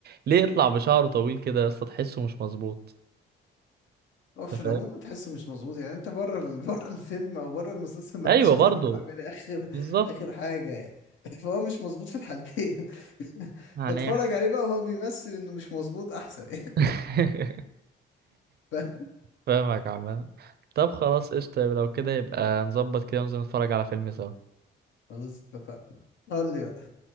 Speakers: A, on the right; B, on the left.
A: ليه يطلع بشعره طويل كده يا اسطى تحسه مش مظبوط
B: هو في
A: أنت
B: العموم
A: فاهم؟
B: تحسه مش مظبوط يعني انت بره ال... <laughs> بره الفيلم او بره المسلسل ما
A: ايوه
B: انت شفت
A: برضو
B: كان عامل ايه اخر
A: بالظبط
B: اخر حاجه يعني <laughs> فهو مش مظبوط في الحالتين <laughs>
A: هنيح
B: فاتفرج عليه بقى وهو بيمثل انه مش مظبوط احسن يعني
A: <laughs>
B: <laughs> ف-
A: فاهمك عامة طب خلاص قشطة لو كده يبقى نظبط كده وننزل نتفرج على فيلم سوا
B: خلاص اتفقنا قول لي بقى